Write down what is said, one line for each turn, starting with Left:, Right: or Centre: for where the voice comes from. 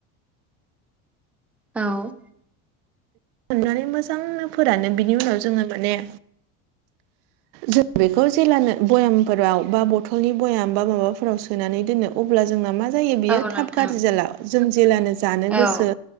Centre: औ।
Right: थननानै मोजांनो फोरानो बिनि उनाव जोङो माने ज बेखौ जेलानो भयामफोराव बा बथलनि भयाम बा माबाफोराव सोनानै दोनो अब्ला जोंना मा जायो बेयो
Centre: औ
Right: थाब
Centre: नोंथां
Right: गाज्रि जाला जों जेलानो जानो गोसो
Centre: औ